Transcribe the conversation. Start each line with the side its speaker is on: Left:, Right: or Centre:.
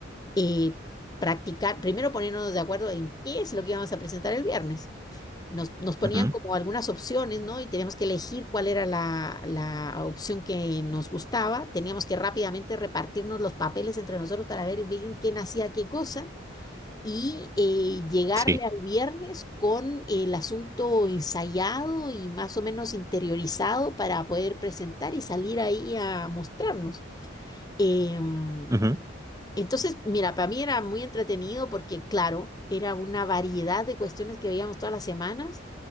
Left: eh, practicar, primero ponernos de acuerdo en qué es lo que íbamos a presentar el viernes nos, nos ponían
Right: ujú.
Left: como algunas opciones, ¿no? Y teníamos que elegir cuál era la, la opción que nos gustaba. Teníamos que rápidamente repartirnos los papeles entre nosotros para ver bien quién hacía qué cosa y eh, llegarle
Right: Sí.
Left: al viernes con el asunto ensayado y más o menos interiorizado para poder presentar y salir ahí a mostrarnos. Em,
Right: Ujú,
Left: entonces, mira, para mí era muy entretenido porque, claro, era una variedad de cuestiones que veíamos todas las semanas